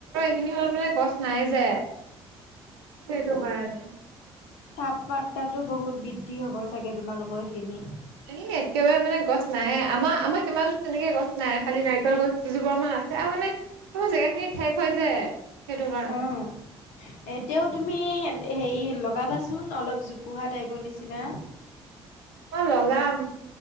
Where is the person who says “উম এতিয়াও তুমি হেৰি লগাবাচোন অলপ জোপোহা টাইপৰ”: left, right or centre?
Left